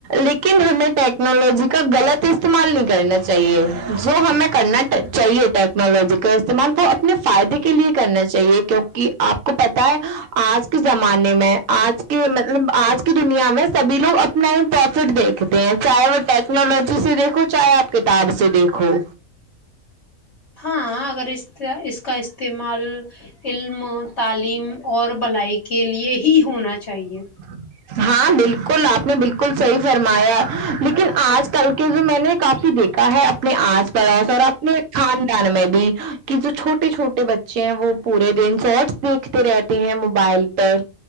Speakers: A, on the right; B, on the left.
A: لیکن ہمیں ٹیک کنالوجی کا غلط استعمال نہیں کرنا چاہیے جو ہمیں کرنا چاہیے ٹیکنالوجی کا استعمال وہ اپنے فائدے کے لیے کرنا چاہیے کیونکہ آپ کو پتہ ہے آج کے زمانے میں آج کے مطلب آج کے دنیا میں سبھی لوگ اپنا ہی پروفٹ دیکھتے ہیں چاہے وہ ٹیکنالوجی سے دیکھو چاہے آپ کے کتاب سے دیکھو
B: ہاں اگر اس اس کا استعمال علم تعلیم اور بھلائی کے لیے ہی ہونا چاہیے
A: ہ ہاں بالکل آپ نے بالکل صحیح فرمایا لیکن آج کل کے جو میں نے کافی دیکھا ہے اپنے آس پڑوس اور اپنے خاندان میں بھی کہ جو چھوٹے چھوٹے بچے ہیں وہ پورے دن سیٹس دیکھتے رہتے ہیں موبائل پر